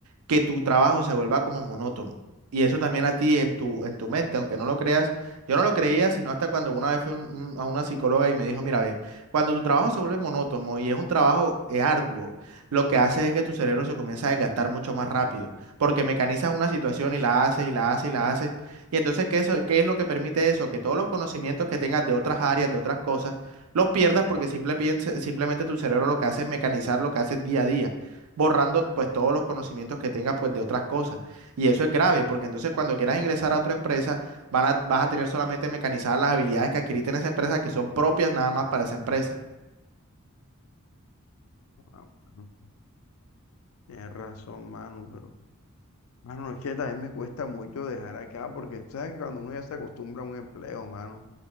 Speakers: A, on the right (about 80°); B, on the left (about 65°).
A: Que tu trabajo se vuelva como monótono. Y eso también a ti en tu, en tu mente, aunque no lo creas, yo no lo creía, sino hasta cuando una vez fui un- un- a una psicóloga y me dijo, mira, ve, cuando tu trabajo se vuelve monótono y es un trabajo eh, arduo, lo que hace es que tu cerebro se comienza a desgastar mucho más rápido, porque mecanizas una situación y la haces y la haces y la haces. Y entonces, ¿qué, eso- qué es lo que permite eso? Que todos los conocimientos que tengas de otras áreas, de otras cosas, los pierdas porque simple piense- simplemente tu cerebro lo que hace es mecanizar lo que haces día a día, borrando pues todos los conocimientos que tengas pues de otras cosas. Y eso es grave porque entonces cuando quieras ingresar a otra empresa van a- vas a tener solamente mecanizadas las habilidades que adquiriste en esa empresa que son propias nada más para esa empresa.
B: Ah, mano. Tienes razón, mano, pero... Mano, es que también me cuesta mucho dejar acá porque tú sabes que cuando uno ya se acostumbra a un empleo, mano,